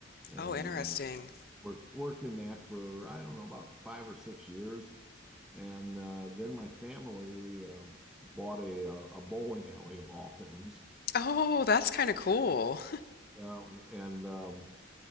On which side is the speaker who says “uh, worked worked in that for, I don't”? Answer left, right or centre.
Centre